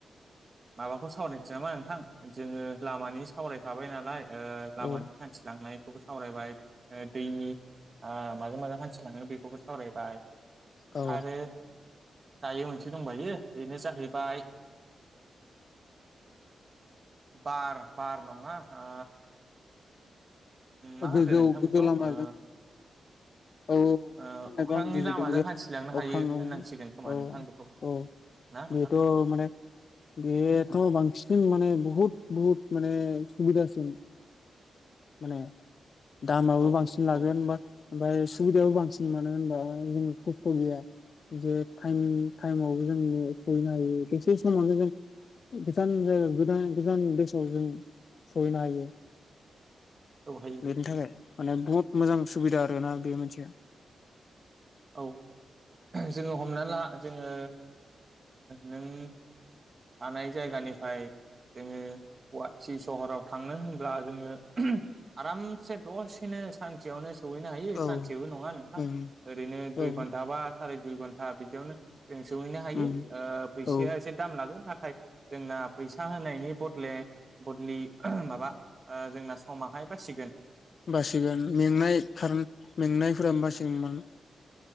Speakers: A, on the right; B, on the left.
A: माबाखौ सावरायनोसै नामा नोंथां जोङो लामानि सावरायखाबाय नालाय ओ लामानि
B: औ
A: हान्थिलांनाय बेखौबो सावरायबाय दैनि ओ माजों माजों हान्थिलाङो बेखौबो सावरायबाय
B: औ
A: आरो दायो मोनसे दंबायो बेनो जाहैबाय बार बार नङा ओ मा
B: गोजौ
A: होनगोन नोंथां
B: गोजौ
A: बेखौ
B: लामाजों
A: ओ
B: औ नोंथांमोनाबो
A: ओ अख्रांनि
B: आं बुजिदों
A: लामाजों
B: जे
A: हान्थिलांनो हायो
B: अख्राङआव
A: होननांसिगोन खोमा
B: औ
A: नोंथां बेखौ
B: औ
A: ना नोंथां
B: बेथ' माने बेयोथ' बांसिन माने बहुत बहुत माने सुबिदासिन माने दामाबो
A: औ
B: बांसिन लागोनबा
A: औ
B: ओमफ्राय सुबिदायाबो बांसिन मोनानो होनबा जों खस्थ' गैया जे ाइम टाइमावबो जों सहैनो हायो बेसे समावनो जों गोजान ज गोजज बेसों सरि न हयो
A: औ हायो
B: बेनि थाखाय माने बहुत मोजां सुबिदा आरोना बे मोनसेया
A: औ जोङो हमना ला जोङो नों थानाय जायगानिफ्राय जोङो गुवाहाटि सहराव थांनो होनब्ला जोङो आरामसे दसेनो सानसेयावनो सौहैनो हायो
B: मोनसे औ
A: सानसेबो नङा नोंथां
B: उम
A: ओरैनो दुइ
B: औ
A: घन्टा बा साराय दुइ घन्टा बिदियावनो जों सौहैनो हायो
B: उम
A: फैसाया
B: औ
A: एसे दाम लागोन नाथाय जोंना फैसा होनायनि बदले बदलि माबा जोंना समाहाय जाासिगोन
B: बासिगोन मेंनाय खार मेंनायफोरा बासिगोनमोन